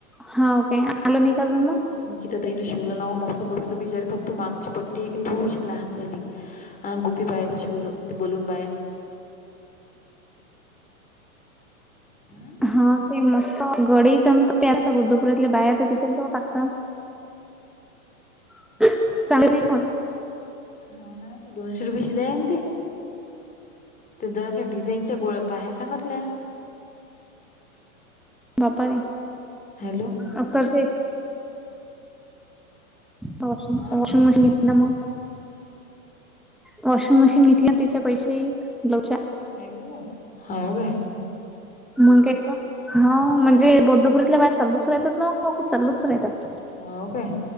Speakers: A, in the centre; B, on the left (about 20°).
A: हा काय, आल नाही काय अजून म.
B: ह, निकिता तईन शिवल ना, मस्त बसलं बिचारी फक्त मागची पट्टी हेय थोडीशी लहान झाली. अ, गोपी बायाचं शिवल, ते बोलून बाया हम्
A: हा ते मस्त, गडी जम तयार बद्धपुरतल्या बाया तर तिच्या टागतात <unintelligible>
B: हा ना, दोनशे रुपये शिलाई हाय आणि ते. ते जरशा डिझाईनच्या गोळया, बाया सांगतल्या.
A: बापारी
B: हॅलो.
A: असतरचे, वॉशी,
B: हा
A: वॉशिंग मशीन घेतली मंग वॉशिंग मशीन घेतली ना तिच्या पैसेत लोच्या.
B: नाही भी ओ, हां, हो गया.
A: मग काय हा म्हणजे बौद्धपुरीतल्या बाया चालूच राहतात. ना चालूच राहतात.
B: हो काय